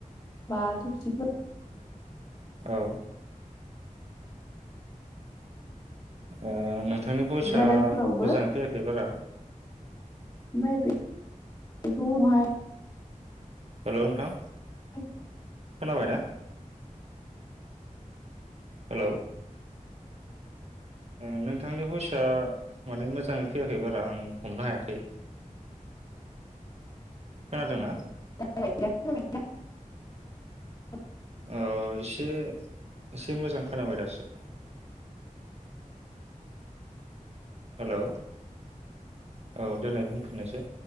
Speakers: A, on the left; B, on the right.
A: बा थुसिफोर
B: औ। ओ नाथाइ नोंनि फइसा
A: ग्राइडारफोरावबो
B: मोजाङै फैयाखै बारा।
A: ओमफाय बेखौ उनावहाय
B: हेलौ नोंथां
A: <unintelligible>
B: खोनाबायना? हेलौ ओ नोंथांनि बइसा माने मोजाङै फैयाखै बारा आं हमनो हायाखै। खोनादोंना?
A: <unintelligible>
B: औ एसे एसे मोजां खोनाबाय दासो। हेलौ औ देनाय बुंफिननायसाय।